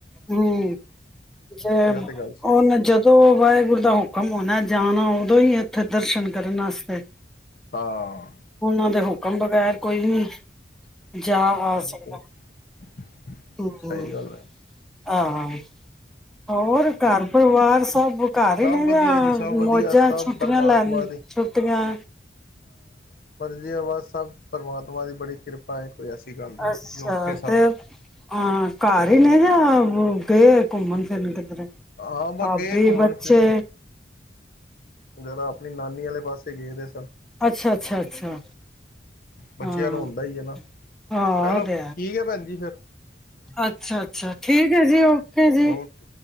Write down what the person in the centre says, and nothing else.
ਹੂੰ ਜੇ
ਹੁਣ
ਜਦੋਂ ਵਾਹਿਗੁਰੂ ਦਾ ਹੁਕਮ ਹੋਣਾ ਜਾਣਾ ਉਦੋਂ ਹੀ ਹੈ ਉੱਥੇ ਦਰਸ਼ਨ ਕਰਨ ਵਾਸਤੇ।
ਉਹਨਾਂ ਦੇ ਹੁਕਮ ਵਗੈਰ। ਕੋਈ ਵੀ ਨੀ
ਜਾ ਆ ਸਕਦਾ ਹੂੰ
ਆਹ ਹਾਂ ਹੋਰ ਘਰ ਪਰਿਵਾਰ ਸਭ ਘਰ
ਹੀ ਨੇ
ਜਾਂ
ਮੌਜਾਂ
ਛੁੱਟੀਆਂ
ਲੈ ਲਈ
ਛੁੱਟੀਆਂ
ਅੱਛਾ
ਤੇ
ਹਾਂ ਘਰ
ਹੀ ਨੇ ਜਾਂ ਗਏ ਹੋਏ ਘੁੰਮਣ। <unintelligible>
ਭਾਬੀ
ਬੱਚੇ,
ਅੱਛਾ ਅੱਛਾ ਅੱਛਾ
ਹਾਂ
ਹਾਂ
ਉਹ
ਤੇ
ਅੱਛਾ ਅੱਛਾ ਠੀਕ ਹੈ ਜੀ ਓਕੇ ਜੀ,